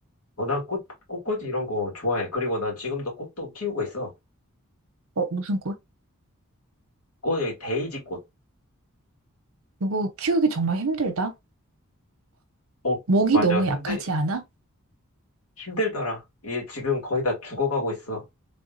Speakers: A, on the left; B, on the right.
A: 어, 난 꽃, 꽃꽂이 이런 거 좋아해. 그리고 난 지금도 꽃도 키우고 있어.
B: 어, 무슨
A: 꽃, 여기 데이지 꽃.
B: 이거 키우기 정말 힘들다.
A: 어,
B: 목이
A: 맞아.
B: 너무
A: 힘들,
B: 약하지 않아?
A: 힘들더라. 얘 지금 거의 다 죽어가고 있어.